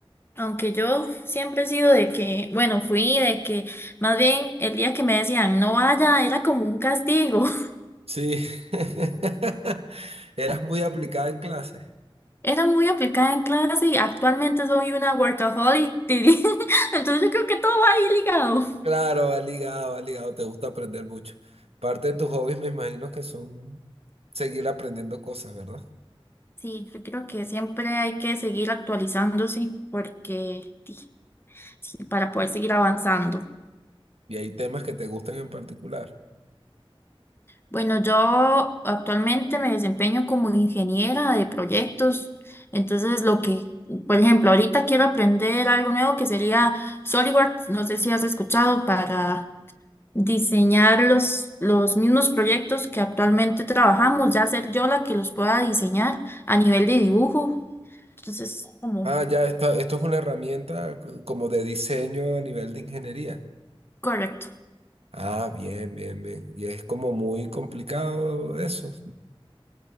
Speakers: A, on the left; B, on the right.
A: Aunque yo siempre he sido de que, bueno, fui de que, más bien el día que me decían no vaya era como un castigo. <laughs>
B: Sí, <laughs> eras muy aplicada en clase.
A: Era muy aplicada en clase y actualmente soy una workaholic. <laughs> Entonces yo creo que todo va ahí ligado.
B: Claro, va ligado, va ligado, te gusta aprender mucho. Parte de tus hobbies me imagino que son seguir aprendiendo cosas, ¿verdad?
A: Sí, yo creo que siempre hay que seguir actualizándose porque, sí, para poder seguir avanzando.
B: Y hay temas que te gustan en particular.
A: Bueno, yo actualmente me desempeño como ingeniera de proyectos, entonces lo que, por ejemplo, ahorita quiero aprender algo nuevo que sería SolidWorks, no sé si has escuchado, para diseñar los, los mismos proyectos que actualmente trabajamos, ya ser yo la que los pueda diseñar a nivel de dibujo, entonces como
B: Ah, ya, esta- esto es una herramienta c- como de diseño a nivel de ingeniería.
A: correcto.
B: Ah, bien, bien, bien. Y es como muy complicado eso.